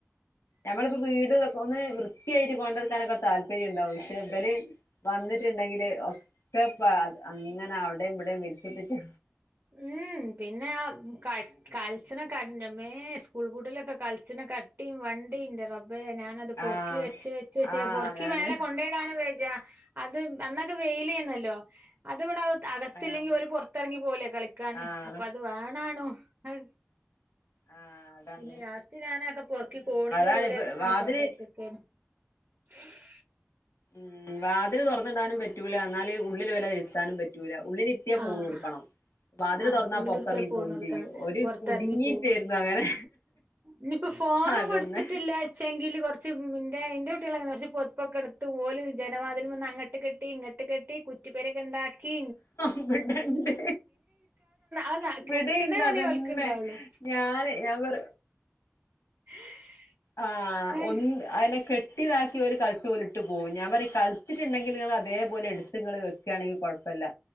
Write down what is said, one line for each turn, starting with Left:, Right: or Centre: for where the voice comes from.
Left: ഞമ്മളിപ്പോ വീടക്കെ ഒന്ന് വൃത്തിയായിട്ട് കൊണ്ടടുക്കാനൊക്കെ താല് പ്പര്യം ഉണ്ടാവും പക്ഷേ ഇവര് വന്നിട്ടുണ്ടെങ്കില് ഒക്കെ അങ്ങനെ അവിടെയും ഇവിടെയും വിരിച്ചിട്ടിട്ട്
Right: ഉം പിന്നെ ആഹ് ക കൾച്ച്ണേകൺന്റെമേ സ്കൂൾ പൂട്ടിലൊക്കെ കൾച്ച്നെ കട്ടിം വണ്ടിം ന്റെ റബ്ബേ ഞാന അത് പൊറുക്കി
Left: ആഹ്
Right: വെച്ച് വെച്ച് വെച്ച്
Left: ആഹ്
Right: പൊറുക്കി
Left: അതാണ്
Right: മേല കൊണ്ടയിടാനും വേയ്യാ അത് അന്നൊക്കെ വെയില അരുന്നല്ലോ അത് ഇവിടെ അകത്തില്ലെങ്കി
Left: ആഹ്
Right: ഓല്‌ പുറത്തിറങ്ങി പോല കളിക്കാന്
Left: ആഹ്
Right: അപ്പൊ അത് വേണാണോ അഹ്
Left: ആഹ് അതാണ്
Right: പിന്നെ ലാസ്റ്റ് ഞാനൊക്കെ പൊറുക്കി
Left: ഉം
Right: കോണിന്റെ
Left: അതാണ്
Right: ഒരൂലെ
Left: ഇപ്പ വാതില്
Right: ആണ് കൊണ്ട് വച്ചത് ഉ <unintelligible>
Left: ഉം വാതില് തുറന്നിടാനും പറ്റൂല്ല എന്നാല് ഉള്ളില് ഇരുത്താനും പറ്റൂല ഉള്ളി ഉള്ളിലിരിത്തിയാ ഫോൺ
Right: ആഹ്
Left: കൊടുക്കണം വാതിൽ
Right: ആഹ്
Left: തുറന്നാൽ
Right: ഉള്ളിലുരുത്തിയ
Left: പുറത്തിറങ്ങി
Right: കോണിട്ക്കണം
Left: പോവും ചെയ്യും ഒരു
Right: പൊറത്തെറങ്ങി
Left: കുടുങ്ങിട്ടായിരുന്നു അങ്ങനെ
Right: ഇനിപ്പോ ഫോണും
Left: അതന്നെ
Right: കൊടുത്തിട്ടില്ല പക്ഷെങ്കില് കുറച്ച് എന്റെ കുട്ടികളങ്ങനെയാ കുറച്ച് പൊരിപ്പൊക്കെ എടുത്ത് ഓല് ജനവാതിൽ വന്ന് അങ്ങട്ട് കേട്ടി ഇങ്ങട്ട് കെട്ടി കുറ്റിപ്പരക്കെ ഉണ്ടാക്കി
Left: ഇവിടണ്ട്
Right: അത്
Left: ഇവിടീണ്ട
Right: കെട്ടണ പണിയേ
Left: അതന്നെ
Right: ഓൽക്ക് ഇണ്ടാവുള്ളു
Left: ഞാനെ ഞ വർ
Right: <unintelligible>
Left: ആഹ്
Right: അയ്
Left: ഒൻ അതിനെ കെട്ടിതാക്കി ഒരു കേട്ടി ഇതാക്കി കളിച്ച ഓൽ ഇട്ട് പോവും ഞാൻ പറി കളിച്ചിട്ടണ്ടെങ്കിൽ ങ്ങള് അതേപോലെ എടുത്ങ്ങൾ വെക്കാണെങ്കിൽ കുഴപ്പല്ല